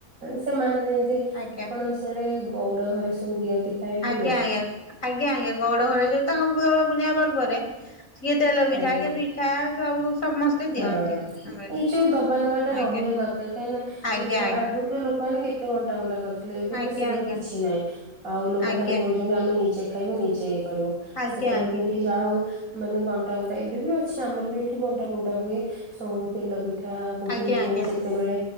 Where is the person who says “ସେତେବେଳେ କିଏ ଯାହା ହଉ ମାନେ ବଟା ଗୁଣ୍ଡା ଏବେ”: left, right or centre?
Right